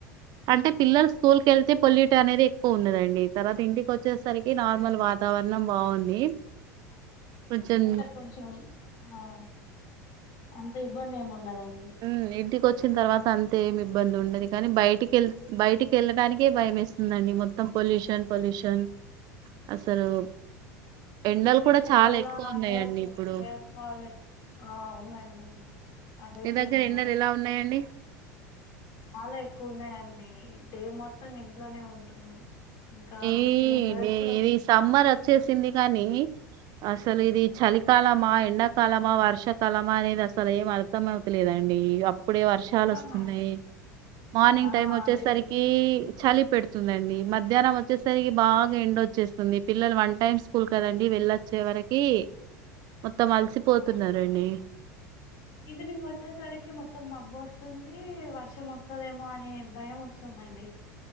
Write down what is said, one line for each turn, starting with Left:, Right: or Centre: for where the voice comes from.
Right: అంటే పిల్లలు స్కూల్ క వెళ్తే పొల్యూట్ అనేది ఎక్కువ ఉన్నదండి తర్వాత ఇంటికి వచ్చేసరికి నార్మల్ వాతావరణం బాగుంది కొంచెం
Left: ర్ కొంచం ఆ అంత ఇబ్బంది ఏం ఉండదం
Right: మ్ ఇంటికి వచ్చిన తర్వాత అంతే మీ ఇబ్బంది ఉండదు కానీ బయటికిళ్ బయటికి వెళ్ళడానికే భయం ఇస్తుందండి మొత్తం పొల్యూషన్ పొల్యూషన్ అసలు ఎండలు
Left: పొల్యూషన్
Right: కూడా చాలా
Left: వల్ల
Right: ఎక్కువ ఉన్నాయంండి
Left: హెయిర్
Right: ఇప్పుడు
Left: హెయిర్ ఫాల్ ఆ అవునండి ఇంకా అదైతే
Right: మీ దగ్గర
Left: మెయిన్
Right: ఎండలు ఎలా ఉన్నాయండి
Left: చాలా ఎక్కువ ఉన్నాయంండి ే మొత్తం ఇంట్లోనే ఉంటున్నాం ఇంకా
Right: ఈది
Left: ఏం వర్క్ కూడా
Right: సమ్మర్ వచ్చేసింది కానీ అసలు ఇది చలికాలమా ఎండాకాలమా వర్షాకాలమా అనేది అసలు ఏం అర్థం అవుతలేదండి ఇప్పుడే వర్షాలు
Left: నిజమా
Right: వస్తున్నాయి
Left: అండి.
Right: మార్నింగ్
Left: ఆ
Right: టైం వచ్చేసరికి
Left: అదే
Right: చలి పెడుతుందండి మధ్యాహ్నం వ చ్చేసరికి బాగా ఎండోచ్చేస్తుంది పిల్లలు వన్ టైమ్ స్కూల్ కదండి వెళ్ళొచ్చే వరకి మొత్తం అలసిపోతున్నారండి
Left: ఆ ఈవినింగ్ వచ్చేసరికి మొత్తం మబ్బు వస్తుంది వర్షం వస్తుదేమో అని భయం వస్తుందండి